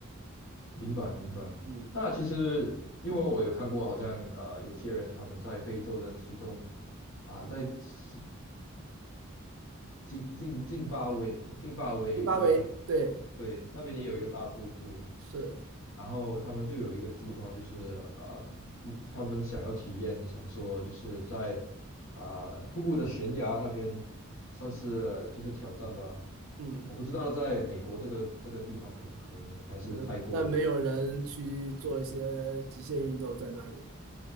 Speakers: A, on the left; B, on the right.
A: 明白明白。
B: 嗯，
A: 那其实因为我有看过，好像啊，有些人他们在非洲的其中啊、
B: 嗯，
A: 在西津津津巴威津巴威威那
B: 津巴维，对，
A: 对那边也有一个大瀑布，
B: 是，
A: 然后他们就有一个计划，就是啊、嗯他们想要体验，想说就是在啊、瀑布的悬崖那边算是就是挑战吧。
B: 嗯。
A: 我不知道在美国这个这个地方可不可以呢？还是泰国
B: 那那没有人去做一些极限运动在那里？